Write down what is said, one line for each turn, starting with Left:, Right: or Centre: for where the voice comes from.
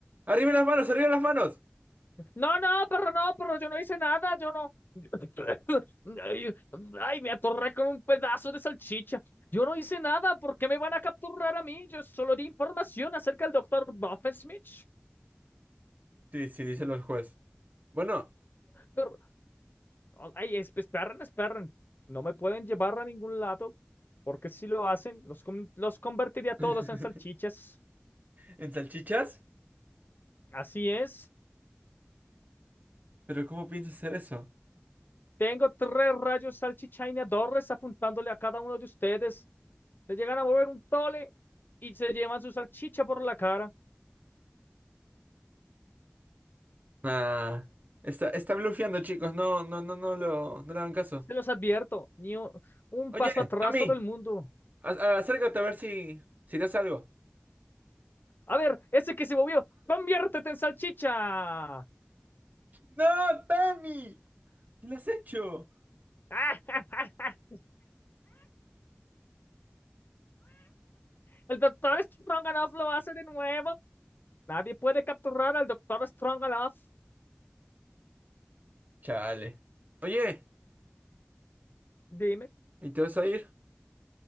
Right: ¡Arriba las manos! ¡Arriba las manos!
Left: No, no, perro, no, perro, yo no hice nada, yo no. yo- <laughs> Ay, ay, me atorré con un pedazo de salchicha. Yo no hice nada, ¿por qué me van a capturar a mí? Yo solo di información acerca del doctor Smith.
Right: Sí, sí, dice el juez. Bueno,
Left: Pero, ay, es- esperen, esperen. No me pueden llevar a ningún lado, porque si lo hacen, los, con- los convertiría a todos
Right: <laughs>
Left: en salchichas.
Right: ¿en salchichas?
Left: Así es.
Right: ¿Pero cómo piensas hacer eso?
Left: Tengo tres rayos salchichainadores apuntándole a cada uno de ustedes. Se llegan a mover un tole y se llevan su salchicha por la cara.
Right: Ah, está, está blufeando, chicos. No, no, no, no lo, no le hagan caso.
Left: Se los advierto, ni un, un
Right: Oye,
Left: paso atrás
Right: Tommy,
Left: todo el mundo.
Right: a- a- acércate a ver si, si te hace algo.
Left: A ver, ese que se movió, conviértete en salchicha.
Right: ¡No, Tommy! ¡Lo has hecho!
Left: <laughs> El doctor Stronganoff lo hace de nuevo. Nadie puede capturar al doctor Stronganoff.
Right: Chale. Oye,
Left: Dime,
Right: ¿y te vas a ir?